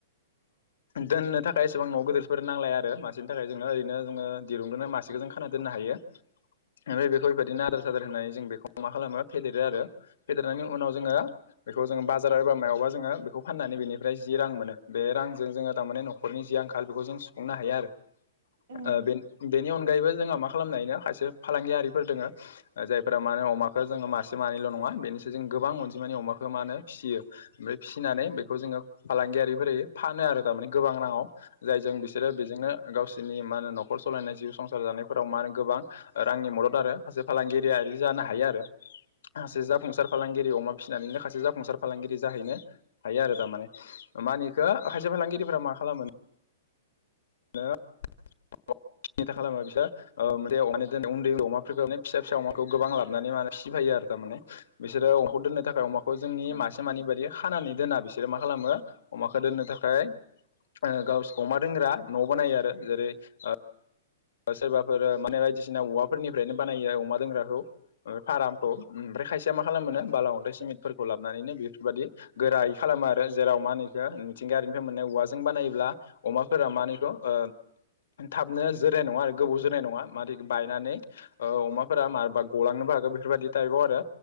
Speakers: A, on the right (about 65°); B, on the left (about 75°).
A: <inaudible> <unintelligible>
B: दोननो थाखाय एसेबां न' गिदिरफोर नांलाया आरो मासेनि थाखाय जोंनो ओरैनो जोङो दिरुंदोंनो मासेखौ जों खाना दोननो हायो
A: <inaudible>
B: ओमफ्राय बेखौ बेबायदिनो आदार सादार होननानै जों बेखौ मा खालामो फेदेरो आरो फेदेरनानै उनाव उनाव जोङो बेखौ जोङो बाजाराव एबा मायावबा जोङो बेखौ फाननानै बेनिफ्राय जि रां मोनो बे रांजों जोङो थारमाने नखरनि जि आंखाल बेखौ जों सुफुंनो हायो आरो ओ
A: औ
B: बेन बेनि अन अगायबो जोङो मा खालामनोहायोनो खायसे फालांगियारिफोर दोङो जायफोरा माने अमाखौ जोङो मासे मानैल' नङा बेनोसै जों गोबां अनजिमानि अमाखौ मा होन फिसियो ओमफ्राय फिसिनानै बेखौ जोङो फालांगियारिफोरै फानो आरो दा माने गोबां राङाव जायजों बिसोरो बेजोंनो गावसि मा होन नखर सालायनाय जिउ संसार जानायफोराव मा होन गोबां रांनि मदद आरो सासे फालांगिरियारि जा नों हायो आरो मासे जाफुंसार जेरै अमा फिसिनानैनो खायसे जाफुंसार फालांगिरि जाहैनो हायो आरो थारमाने माहोनो एखौ खायसे फालांगिरि रिफोरा मा खालामो द <inaudible> सिनिथा खालामा बिसोर ओ माने <inaudible> उन्द उन्दै अमाफोरखौ फिसा फिसा अमाखौ गोबां लाबानै माहोनो फिसिफैयो थारमाने बिसोरो अमाखौ दोननो थाखाय अमाखौ जोंनि
A: औ
B: मासे मानि बायदि खानानै दोना बिसोरो मा खालामो अमाखौ दोननो थाखाय ओ गावस अमा दोंग्रा न' बानायो आरो जेरै ओ सोरबाफोर माने बायदिसिना औवाफोरनिफ्रायनो बानायो अमा दोंग्राखौ ओ फारामखौ ओमफ्राय खायसेया मा खालाम मोनो
A: औ
B: बाला अन्थाय सिमित फोरखौ लाबानानैनो बेफोरबायदि गोरायै खालामो आरो जेराव मा होनोएखो मिथिंगायारिनिफ्राय मोननाय औवाजों बानायोब्ला अमाफोरा मा होनो इखो ओ थाबनो जोरनाय नङा आरो गोबाव जोनाय नङा मादै होनो एखौ बायनानै अमाफोरा मारबा गलांनोबो हागो बेफोरबायदि टाइपआव आरो